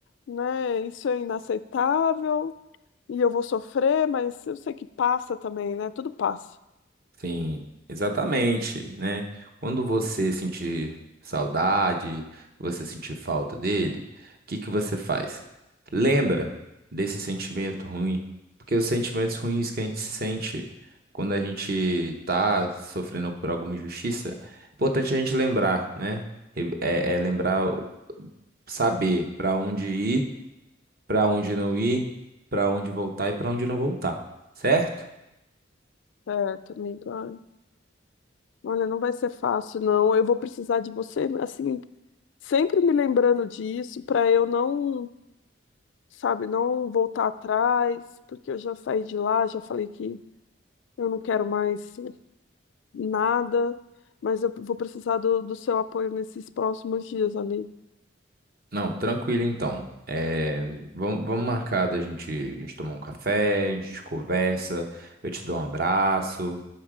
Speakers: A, on the left; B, on the right.
A: né? Isso é inaceitável e eu vou sofrer, mas eu sei que passa também, né? Tudo passa.
B: Sim, exatamente, né? Quando você sentir saudade, você sentir falta dele, o que que você faz? Lembra desse sentimento ruim, porque os sentimentos ruins que a gente se sente quando a gente tá sofrendo por alguma injustiça, é importante a gente lembrar, né? Re- É, é lembrar, saber para onde ir, para onde não ir, para onde voltar e para onde não voltar, certo?
A: Certo, amiga. Ai, Olha, não vai ser fácil, não. Eu vou precisar de você, assim, sempre me lembrando disso para eu não, sabe, não voltar atrás, porque eu já saí de lá, já falei que eu não quero mais nada, mas eu vou precisar do, do seu apoio nesses próximos dias, amigo.
B: Não, tranquilo então. É, vamos, vamos marcar da gente, a gente tomar um café, a gente conversa, eu te dou um abraço.